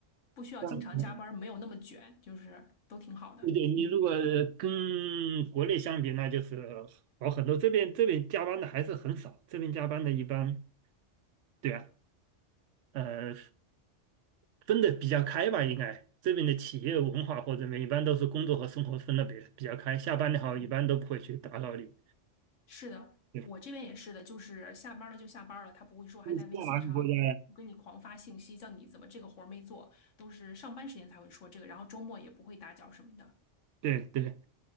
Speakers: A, on the left; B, on the right.
A: 不需要经常加班，
B: <laughs>
A: 没有那么卷，就是都挺好的。
B: 对对，你如果跟国内相比，
A: 嗯
B: 那就是好很多。这边这边加班的还是很少，这边加班的一般，对啊，呃，分的比较开吧，应该这边的企业文化或者什么，一般都是工作和生活分的比比较开。下班的话，
A: 嗯，
B: 一般都不会去打扰你。
A: 是的，
B: 对，
A: 我这边也是的，就是下班了就下班了，他不会说还在微信上我跟你狂发信息，
B: 你是在哪个国家呀？
A: 叫你怎么这个活儿没做，都是上班时间才会说这个，然后周末也不会打搅什么的。
B: 对对。